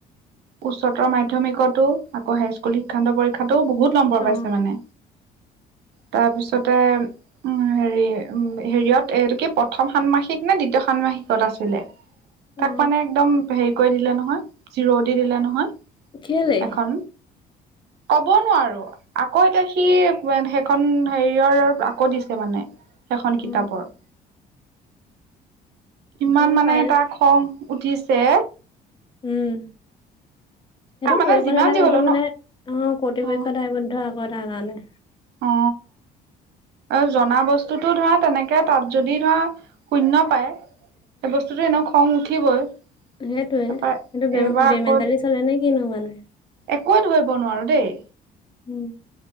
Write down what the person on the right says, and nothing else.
উচ্চতৰ মাধ্যমিকতো আকৌ হাইস্কুল শিক্ষান্ত পৰীক্ষাতো। বহুত নম্বৰ
পাইছে মানে তাৰপিছত। তাৰপিছতে উম হেৰি উম হেৰিয়ত এইটো কি প্ৰথম ষান্মাসিক নে দ্বিতীয় ষান্মাসিকত আছে। <unintelligible> তাক
মানে একদম হেৰি কৰি দিলে নহয় জিৰৌ দি দিলে নহয়।
এখন ক'ব নোৱাৰো আকৌ এতিয়া সি সেইখন হেৰিয়ৰ আকৌ দিছে মানে। সেইখন
কিতাপৰ। ইমান
মানে
তাৰ খং উঠিছে।
এ মানে
যিমান
যি হলেও
ন
অ
অ। অ, জনা বস্তুতো ধৰা তেনেকে তাত যদি ধৰা শূন্য পায়। সেই বস্তুতো এনেও খং উঠিবই।
তাৰপৰা
এইবাৰ
আকৌ
একোৱে ধৰিব নোৱাৰো দেই।